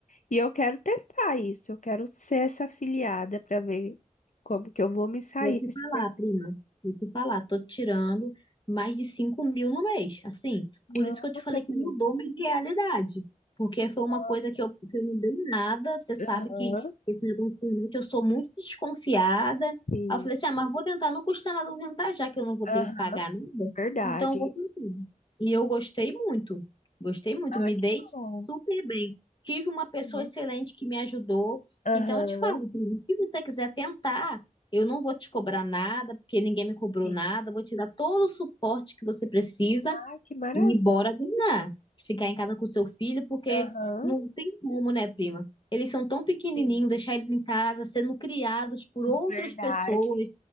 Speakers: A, on the left; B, on the left.
A: E eu quero testar isso, eu quero ser essa afiliada para ver como que eu vou me sair
B: Vou te
A: desse
B: falar,
A: mercado.
B: prima. Vou te falar, tô tirando mais de 5 mil no mês. Assim, por
A: Nossa,
B: isso que eu te falei que
A: prima.
B: mudou minha realidade. Porque foi uma
A: Nossa.
B: coisa que eu, que eu não dei nada. Você sabe
A: Aham.
B: que esse negócio de internet, eu sou muito desconfiada.
A: Sim,
B: Aí eu falei assim, ah, mas vou tentar, não custa nada eu tentar, já que eu não vou
A: Aham.
B: ter que pagar nada.
A: verdade.
B: Então eu vou tentar. E eu gostei muito. Gostei muito,
A: Ah,
B: me
A: que
B: dei
A: bom.
B: super bem. Tive uma pessoa
A: Que bom.
B: excelente que me ajudou. Então
A: Aham,
B: eu te falo, prima, se você quiser tentar. Eu não vou te cobrar nada, porque ninguém me cobrou
A: Sim.
B: nada. Eu Vou te dar todo o suporte que você precisa
A: ah que maravilha.
B: e bora ganhar. Ficar em casa com seu filho, porque
A: Aham,
B: não tem como, né, prima? Eles são tão pequenininhos,
A: sim,
B: deixar eles em casa, sendo criados por outras
A: verdade,
B: pessoas,